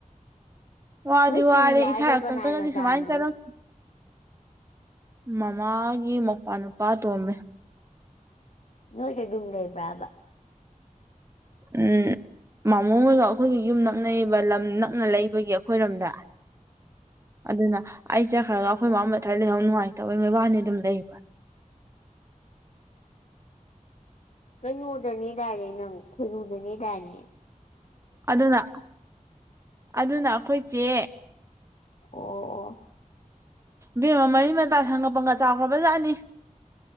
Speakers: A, on the right (about 20°); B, on the left (about 55°).
A: ꯋꯥꯗꯤ
B: ꯅꯣꯏ
A: ꯋꯥꯔꯦ
B: ꯁꯨꯅꯤꯂꯥꯗꯣ
A: ꯏꯁꯥ ꯍꯥꯛꯇꯛꯇꯒꯗꯤ
B: ꯀꯅꯥꯏ ꯃꯆꯥꯅꯣ
A: ꯁꯨꯃꯥꯏꯅ ꯆꯠꯂꯛ ꯃꯃꯥꯒꯤ ꯃꯄꯥ ꯅꯨꯄꯥ ꯇꯣꯝꯃꯦ
B: ꯅꯣꯏꯗꯤ ꯑꯗꯨꯝ ꯂꯩꯕ꯭ꯔꯕ
A: ꯎꯝ ꯃꯥꯥꯃꯣ ꯍꯣꯏꯒ ꯑꯩꯈꯣꯏꯒꯤ ꯌꯨꯝ ꯅꯛꯅꯩꯌꯦꯕꯥ ꯂꯝ ꯅꯛ ꯂꯩꯕꯒꯤ ꯑꯩꯈꯣꯏꯔꯣꯝꯗ ꯑꯗꯨꯅ ꯑꯩ ꯆꯠꯈ꯭ꯔꯒ ꯑꯩꯈꯣꯏ ꯃꯃꯥ ꯃꯊꯥꯏ ꯂꯩꯍꯧ ꯅꯨꯡꯉꯥꯏꯇꯕ ꯃꯣꯏꯕꯥꯅꯤ ꯑꯗꯨꯝ ꯂꯩꯕ <unintelligible>
B: ꯀꯩꯅꯣꯗꯅꯤꯗꯥꯏꯅꯦ ꯅꯪ ꯈꯣꯏꯔꯨꯗꯅꯤꯗꯥꯏꯅꯦ
A: ꯑꯗꯨꯅ ꯑꯗꯨꯅ ꯑꯩꯈꯣꯏ ꯆꯦ
B: ꯑꯣ ꯑꯣ
A: ꯕꯦꯝꯃ ꯃꯔꯤ ꯃꯇꯥ ꯁꯪꯒ ꯄꯪꯒ ꯆꯥꯈ꯭ꯔꯕꯖꯥꯠꯅꯤ